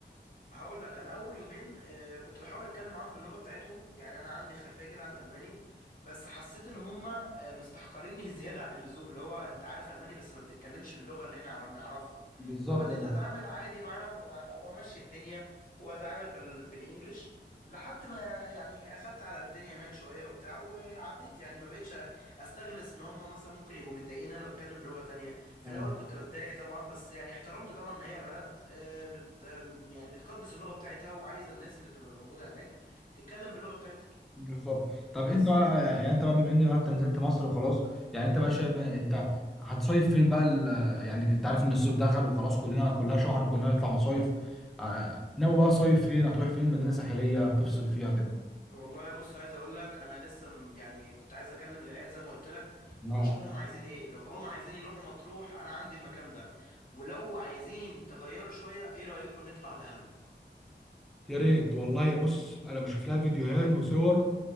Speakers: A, on the left (about 50°); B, in the centre.
A: هقول لك انا اول يومين آه، كنت بحاول اتكلم معاهم باللغه بتاعتهم يعني انا عندي خلفيه كده عن الالماني بس حسيت ان هم آه، مستحقريني <laughs> زياده عن اللزوم اللي هو انت عارف الماني بس ما بتتكلمش باللغه اللي احنا عن- نعرفها
B: بالظبط
A: فبديت
B: اه
A: اتعامل عادي معاهم وع- وامشي الدنيا واتعامل بال... بالانجلش لحد ما يعني اخدت على الدنيا هناك شويه وبتاع وعديت يعني ما بقتش استغلس ان هم مثلا ممكن يبقوا متضايقين ان انا بتكلم بلغه تانية في
B: أيوة،
A: الاول كنت بتضايق طبعا بس يعني احترمت طبعا ان هي بلد آه، بت آه، يعني بتقدس اللغه بتاعتها وعايزه الناس اللي تبقى موجوده هناك تتكلم باللغه بتاعتها
B: بالظبط طب
A: بس
B: انت بقى يعني انت بقى بما ان بقى انت نزلت مصر وخلاص يعني انت بقى شايف إيه؟ انت هتصيف فين بقى ال... يعني انت عارف ان الصيف دخل وخلاص كلنا كلها شهر كلنا نطلع مصايف آه، ناوي بقى صيف فين هتروح فين مدينة ساحلية تفصل فيها
A: والله بص عايز اقول لك انا لسه م- يعني كنت عايز اكلم العيال زي ما قلت لك
B: كده
A: ونشوفهم هم عايزين ايه لو هم عايزين يروحوا مطروح انا عندي المكان ده ولو عايزين تغيروا شويه ايه رايكم نطلع دهب
B: يا ريت والله بص انا بشوف لها فيديوهات وصور